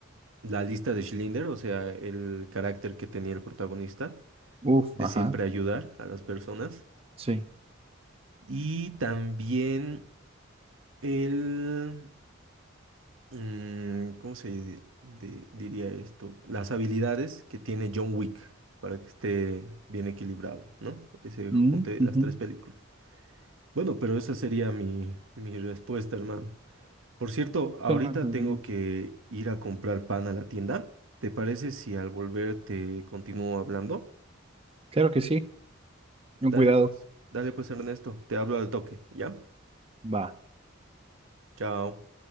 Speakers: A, on the right; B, on the right.
A: La lista de Schindler, o sea, el carácter que tenía el protagonista,
B: Uf,
A: de
B: ajá,
A: siempre ayudar a las personas.
B: sí.
A: Y también el... mm, ¿cómo se di- di- diría esto? Las habilidades que tiene John Wick para que esté bien equilibrado, ¿no? Ese junte
B: Mm,
A: las
B: ujú,
A: tres películas. Bueno, pero esa sería mi, mi respuesta, hermano. Por cierto, ahorita
B: Suena muy
A: tengo
B: bien.
A: que ir a comprar pan a la tienda. ¿Te parece si al volver te continúo hablando?
B: Claro que sí, con
A: Dale
B: cuidado.
A: pues, dale pues, Ernesto, te hablo al toque, ¿ya?
B: Va.
A: Chao.